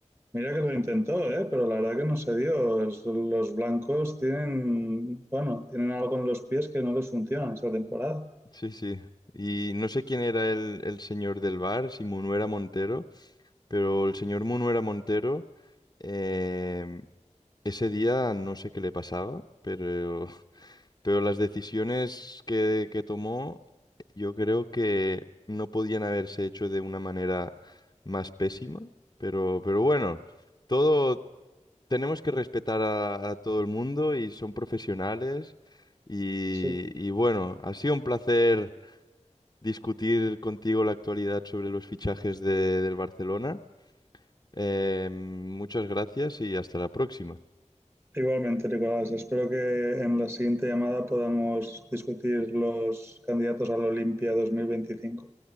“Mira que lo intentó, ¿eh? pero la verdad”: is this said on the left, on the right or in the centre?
Right